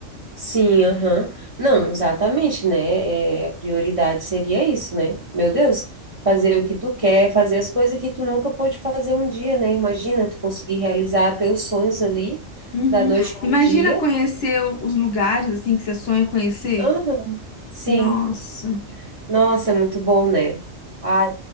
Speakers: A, on the right; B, on the left.
A: Sim, aham. Não, exatamente, né? É, a prioridade seria isso, né? Meu Deus, fazer o que tu quer, fazer as coisas que tu nunca pôde fazer um dia, né? Imagina tu conseguir realizar teus sonhos ali,
B: Uhum.
A: da noite
B: Imagina
A: pro dia.
B: conhecer os lugares, assim, que você sonha conhecer.
A: Aham. Sim.
B: Nossa.
A: Nossa, é muito bom, né? Ai,